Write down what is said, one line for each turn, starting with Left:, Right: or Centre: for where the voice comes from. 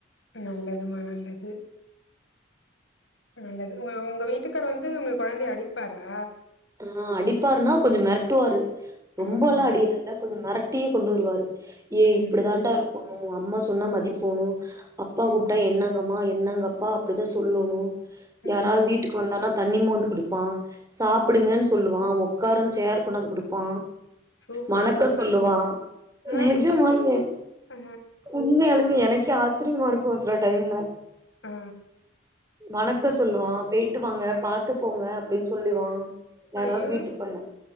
Left: நல்லதுமா நல்லது நல்லது உங்க உங்க வீட்டுக்காரு வந்து உங்க குழந்தைய அடிப்பாரா
Right: ஆஹ் அடிப்பாருன்னா கொஞ்சம் மெரட்டுவாரு ரொம்பெல்லாம்
Left: ம் ம்
Right: அடியில இல்ல கொஞ்சம் மெரட் திட்டியே கொண்டுவருவாரு ஏ
Left: ம்
Right: இப்படிதான்டா இருக்குனு உன் அம்மா சொன்னா மதிப்போணு அப்பா
Left: ம்
Right: கூப்ட்டா என்ன ங்கமா என்னங்கப்பா அப்படித்தான் சொல்லணும்
Left: ம்
Right: யாராவது வீட்டுக்கு வந்தனா தண்ணி மோந்து குடுப்பான் சா ப்புடுங்கன்னு
Left: ம்
Right: சொல்லுவான் ஓக் காருன் சேர் கொண்டாந்து கொடுப்பா
Left: சூப்பர்
Right: வணக்கம்
Left: சூப்பர்
Right: சொல்லுவான்
Left: ஆ
Right: நிஜமாவே
Left: ஆ
Right: உண்மையாலுமே எனக்கு ஆச்சரியமா இருக்கும் சில டைம்ல
Left: ஆ
Right: வணக்கம் சொல்லுவான் போயிட்டு வாங்க பாத்து போங்க அப்படின்னு சொல்லுவா யாராவது
Left: ஐயோ
Right: வீட்டு வந்